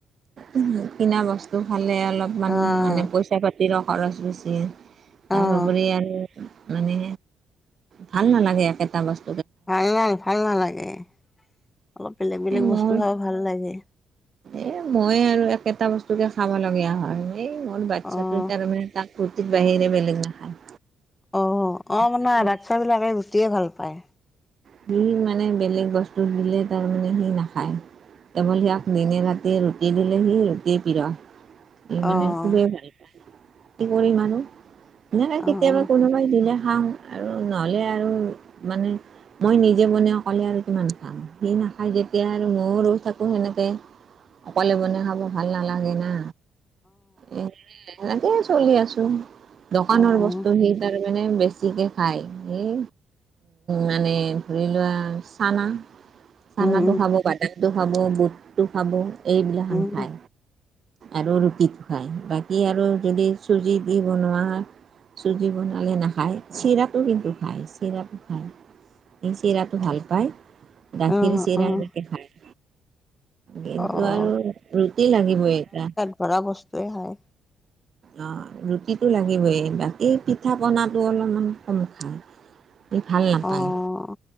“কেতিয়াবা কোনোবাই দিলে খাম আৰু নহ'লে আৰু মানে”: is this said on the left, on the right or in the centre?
Right